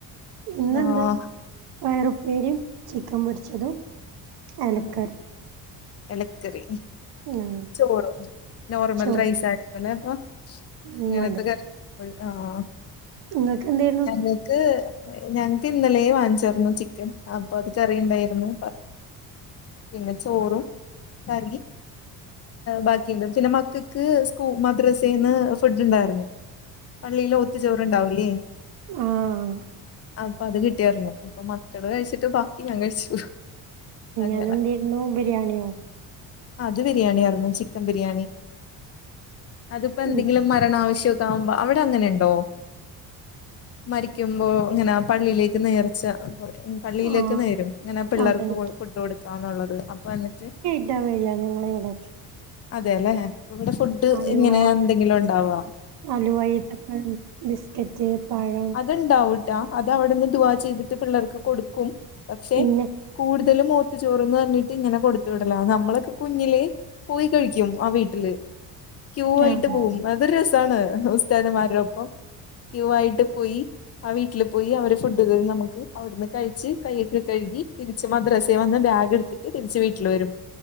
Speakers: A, on the right; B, on the left.
A: ഇന്നെന്താ
B: ആഹ്
A: പയറു ഉപ്പേരിം ചിക്കൻ പൊരിച്ചതും അയലക്കറിയും
B: ഉമ് എല ക്കറി
A: ആ
B: ചോറ് നോർമൽ
A: ചോറും
B: റൈസ ചെലപം
A: ഉം
B: ഇങ്ങനത്ത ആഹ്
A: ങ്ങക്ക് എന്തേ
B: ഞങ്ങക്ക് ഞങ്ങക്ക് ഇന്നലെയെ വാങ്ങിച്ചാരുന്നു ചിക്കൻ അപ്പൊ അത് കറിയുണ്ടായിരുന്നു പിന്ന ചോറും കറി ബാക്കിയണ്ട് പിന്നെ മക്കക്ക് സ്കൂ മദ്രസേൽന്ന് ഫുഡ് ഉണ്ടായിരുന്നു പള്ളിയിലോത്തു ചോറുണ്ടാവൂലേ
A: ആഹ്
B: അപ്പൊ അത് കിട്ടിയാരുന്നു അപ്പൊ മക്കള് കഴിച്ചിട്ട് ബാക്കി ഞാൻ കഴിച്ചു അങ്ങനെ
A: അതെന്തേരുന്നു ബിരിയാണിയോ
B: അത് ബിരിയാണിയായിരുന്നുു ചിക്കൻ ബിരിയാണി അതിപ്പോ എന്തെങ്കിലും
A: ഉം
B: മരണാവശ്യം <unintelligible> അവടെ അങ്ങനെണ്ടോ? മരിക്കുമ്പോ ഇങ്ങനെ പള്ളിയിലേക്ക് നേർച്ച <unintelligible> പള്ളിയിലേക്ക്
A: ആ
B: നേരും ഇങ്ങനെ പിള്ളേർക്ക്
A: അതെന്താ
B: ഫുഡ് കൊടുക്കാ എന്നുള്ളത് അപ്പൊ എന്നിട്ട്
A: പറ്റെ വയ്യാഞ്ഞാൽ ഇങ്ങൾ എവിടെക്കി
B: അതെല്ലെ ഇവടെ ഫുഡ്
A: അലുവ
B: എങ്ങനെയാ എന്തെങ്കിലുണ്ടാവോ?
A: അലുവ, ഈത്തപ്പഴം, ബിസ്ക്കറ്റ്, പഴം
B: ത്ണ്ടാവൂട്ടാ അത് അവടെന്ന് ദുവാ ചെയ്തിട്ട് പിള്ളേർക്ക് കൊടുക്കും പക്ഷെ
A: പിന്നെ
B: കൂടുതലും മൗത്ത് ചോറ്ന്ന് പറഞ്ഞിട്ട് ഇങ്ങനെ കൊടുത്തുവിടലാന്ന. നമ്മളൊക്കെ കുഞ്ഞില് പോയി കഴിക്കും ആ വീട്ടില് ക്യൂ ആയിട്ട്
A: ആഹ്
B: പോകും. അതൊരു രസാണ് ഉസ്താദുമാരുടോപ്പം ക്യൂ ആയിട്ട് പോയി ആ വീട്ടിൽ പോയി അവര് ഫുഡ്തരും നമുക്ക് അവ്ട്ന്ന് കഴിച്ച് കയ്യൊക്കെ കഴുകി തിരിച്ച് മദ്രസ വന്ന് ബാഗ് എടു ന്നിട്ട് തിരിച്ച് വീട്ടിൽ വരും